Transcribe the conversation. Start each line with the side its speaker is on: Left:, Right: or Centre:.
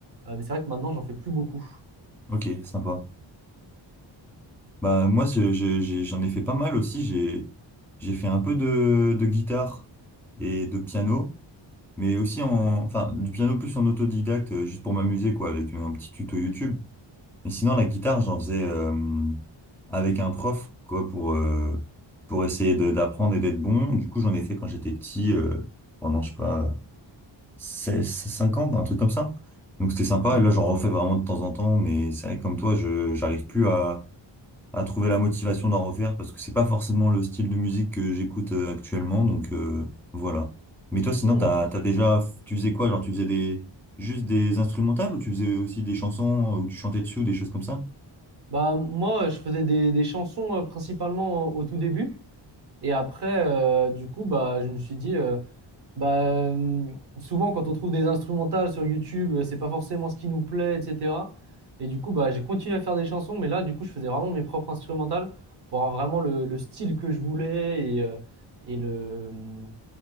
Right: Euh, mais c'est vrai que maintenant j'en fais plus beaucoup.
Centre: ok, sympa. Bah moi je- je- j'ai- j'en ai fait pas mal aussi. J'ai j'ai fait un peu de, de guitare et de piano, mais aussi en
Right: Mhm.
Centre: enfin du piano plus en autodidacte, euh, juste pour m'amuser quoi, avec un petit tuto YouTube. Mais sinon la guitare j'en faisais euh, avec un prof quoi pour euh, pour essayer de- d'apprendre et d'être bon. Du coup j'en ai fait quand j'étais petit euh, pendant je sais pas. seize, cinq ans un truc comme ça. Donc c'était sympa.
Right: Mhm.
Centre: Et là, j'en refais vraiment de temps en temps. Mais c'est vrai que comme toi, je j'arrive plus à, à trouver la motivation d'en refaire parce que c'est pas forcément le style de musique que j'écoute euh, actuellement. Donc euh, voilà. Mais toi, sinon,
Right: Hmm,
Centre: t'as,
Right: ok.
Centre: t'as déjà, tu faisais quoi? Genre, tu faisais des, juste des instrumentales ou tu faisais aussi des chansons où tu chantais dessus ou des choses comme ça?
Right: Bah, moi, je faisais des, des chansons euh, principalement au, au tout début. Et après, euh, du coup, bah, je me suis dit, euh, bah, euh, souvent quand on trouve des instrumentales sur YouTube, euh, c'est pas forcément ce qui nous plaît, etc. Et du coup, bah, j'ai continué à faire des chansons, mais là, du coup, je faisais vraiment mes propres instrumentales pour avoir vraiment le, le style que je voulais et, euh, et, le, hum,